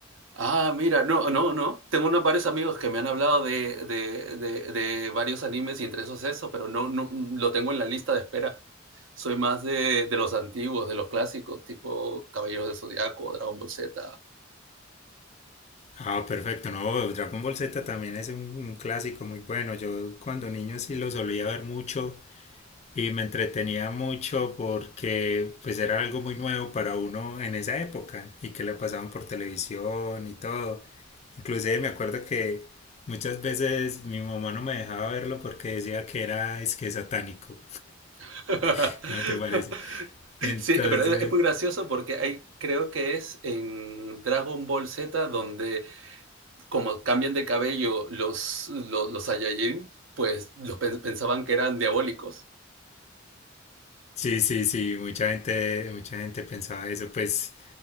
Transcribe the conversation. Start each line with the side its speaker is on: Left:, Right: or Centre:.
Right: Ah, mira, no, no, no. Tengo unos varios amigos que me han hablado de, de, de, de varios animes y entre esos eso, pero no, no lo tengo en la lista de espera. Soy más de, de los antiguos, de los clásicos, tipo Caballeros del Zodiaco, Dragon Ball Z.
Left: Ah, perfecto, no, Dragon Ball Z también es un, un clásico muy bueno. Yo cuando niño sí lo solía ver mucho y me entretenía mucho porque pues era algo muy nuevo para uno en esa época y que la pasaban por televisión y todo. Inclusive me acuerdo que muchas veces mi mamá no me dejaba verlo porque decía que era es que satánico.
Right: <laughs>
Left: <laughs> ¿No te parece? Entonces,
Right: Sí, pero es es muy gracioso porque hay, creo que es en Dragon Ball Z donde como cambian de cabello los, los, los Saiyajin, pues los pe- pensaban que eran diabólicos.
Left: sí, sí, sí, mucha gente, mucha gente pensaba eso, pues